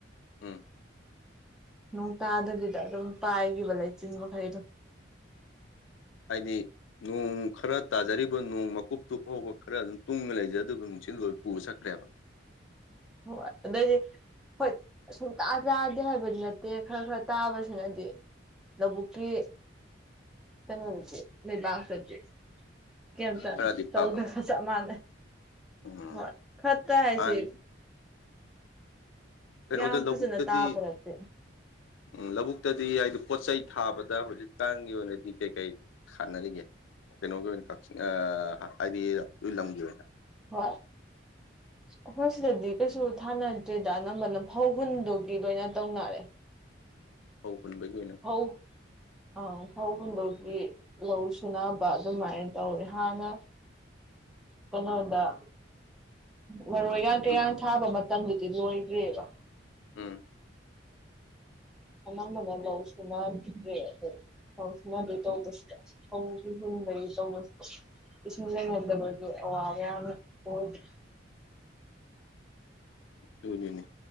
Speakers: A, on the left; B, in the centre.
A: ꯎꯝ
B: ꯅꯣꯡ ꯇꯥꯗꯕꯤꯗ ꯑꯗꯨꯝ ꯄꯥꯏꯒꯤꯕ ꯂꯩꯥꯆꯤꯟ ꯃꯈꯩꯗꯣ
A: ꯍꯥꯏꯗꯤ ꯅꯣꯡ ꯈꯔ ꯇꯥꯖꯔꯤꯕ ꯅꯣꯡ ꯃꯀꯨꯞꯇꯨ ꯐꯧꯕ ꯈꯔ ꯑꯗꯨꯝ ꯇꯨꯡꯒ ꯂꯩꯖꯗꯧꯕ ꯅꯨꯡꯁꯤꯠꯅ ꯂꯣꯏ ꯄꯨꯔꯥ ꯆꯠꯈ꯭ꯔꯦꯕ
B: ꯍꯣꯏ ꯑꯗꯩꯗꯤ ꯍꯣꯏ ꯁꯨꯡꯇꯥ ꯇꯥꯗꯦ ꯍꯥꯏꯕꯗꯤ ꯅꯠꯇꯦ ꯈꯔ ꯈꯔ ꯇꯥꯕꯁꯤꯅꯗꯤ ꯂꯕꯨꯛꯀꯤ ꯀꯩꯅꯣꯗꯗꯤ ꯂꯩꯕꯥꯛꯇꯗꯤ ꯀꯩꯝꯇ
A: ꯈꯔꯗꯤ
B: ꯇꯧꯗꯒ
A: ꯐꯕ
B: ꯆꯞ ꯃꯥꯟꯅꯩ
A: ꯎꯝ
B: ꯍꯣꯏ ꯈ꯭ꯔꯠꯇ ꯍꯥꯏꯁꯤ
A: ꯍꯥꯟꯅ ꯀꯩꯅꯣꯗ
B: ꯌꯥꯝ
A: ꯂꯧꯕꯨꯛꯇꯗꯤ
B: ꯐꯖꯅ ꯇꯥꯕ ꯅꯠꯇꯦ
A: ꯎꯝ ꯂꯕꯨꯛꯇꯗꯤ ꯍꯥꯏꯗꯤ ꯄꯣꯠ ꯆꯩꯩ ꯊꯥꯕꯗ ꯍꯧꯖꯤꯛꯇꯥꯟꯒꯤ ꯑꯣꯏꯅꯗꯤ ꯀꯩꯀꯩ ꯊꯥꯟꯅꯔꯤꯒꯦ ꯀꯩꯅꯣꯒꯤ ꯑꯣꯏꯅ ꯀꯥꯛꯆꯤꯡ ꯑ ꯍꯥꯏꯗꯤ ꯅꯣꯏ ꯂꯝꯒꯤ ꯑꯣꯏꯅ
B: ꯍꯣꯏ ꯑꯈꯣꯏ ꯁꯤꯗꯗꯤ ꯀꯩꯁꯨ ꯊꯥꯅꯗ꯭ꯔꯦꯗ ꯑꯅꯝꯕꯅ ꯐꯧ ꯍꯨꯟꯗꯨꯒꯤ ꯂꯣꯏꯅ ꯇꯧꯅꯔꯦ
A: ꯐꯩ ꯍꯨꯟꯕꯒꯤ ꯑꯣꯏꯅ
B: ꯑꯧ ꯑꯥꯎ ꯐꯧ ꯍꯨꯟꯗꯧꯒꯤ ꯂꯧ ꯁꯨꯅꯕ ꯑꯗꯨꯃꯥꯏ ꯇꯧꯔꯦ ꯍꯥꯟꯅ ꯀꯩꯅꯣ ꯗ ꯃꯔꯣꯏꯒꯥꯡ ꯀꯩꯌꯥꯡ
A: ꯎꯝ
B: ꯊꯥꯕ ꯃꯇꯝꯗꯨꯗꯤ ꯂꯣꯏꯒ꯭ꯔꯦꯕ
A: ꯎꯝ
B: ꯑꯅꯝꯕꯅ ꯂꯧ ꯁꯨꯅꯗ꯭ꯔꯦ ꯑꯈꯣꯏꯒꯤ ꯐꯧ ꯁꯨꯅꯗꯣꯏ ꯇꯧꯕꯁꯤꯗ ꯐꯧꯒꯤ ꯍꯨꯟꯕꯒꯤ ꯇꯧꯕꯁꯤꯗ ꯏꯁꯤꯡ ꯂꯩꯅꯗꯕꯒꯤ ꯑꯋꯥꯕ ꯌꯥꯝꯅ ꯑꯣꯏ
A: ꯑꯗꯨꯅꯤꯅꯦ